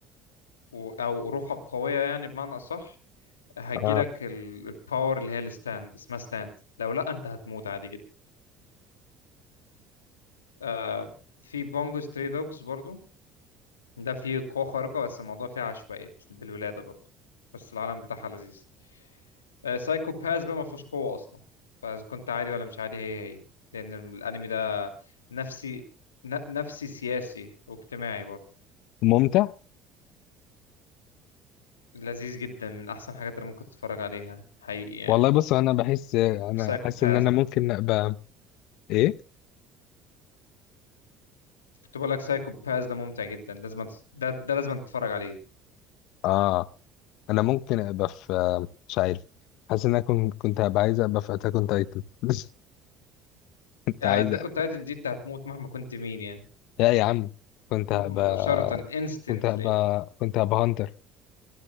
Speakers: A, on the left; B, on the left.
A: و- او روحك قويه يعني بمعنى اصح هتجيلك
B: آه.
A: ال- الباور اللي هي الستاند اسمها ستاند لو لا انت هتموت عادي جدا آه في بونجو ستري دوجز برضو ده فيه قوه خارقه بس الموضوع فيه عشوائي بس- بالولاده برضو بس العالم بتاعها لذيذ آه سايكو باس بقى ما فيهوش قوه اصلا فاذا كنت عادي ولا مش عادي هي هي لان الانمي ده نفسي ن- نفسي سياسي واجتماعي برضو
B: ممتع
A: لذيذ جدا من احسن الحاجات اللي ممكن تتفرج عليها حقيقي يعني
B: والله بص انا بحس انا
A: سايكو
B: حاسس
A: باس
B: ان انا ممكن ابقى ايه
A: كنت بقول لك سايكو باس ده ممتع جدا لازم تس- ده ده لازم تتفرج عليه
B: اه انا ممكن ابقى في مش عارف حاسس ان انا كنت كنت هبقى عايز ابقى في اتاك اون تايتن <laughs> كنت
A: آه،
B: عايز
A: انت
B: أبقى.
A: كنت تايتن دي انت هتموت مهما كنت مين يعني
B: لا يا عم كنت
A: تموت
B: هبقى
A: مباشرة instantly
B: كنت هبقى كنت هبقى هانتر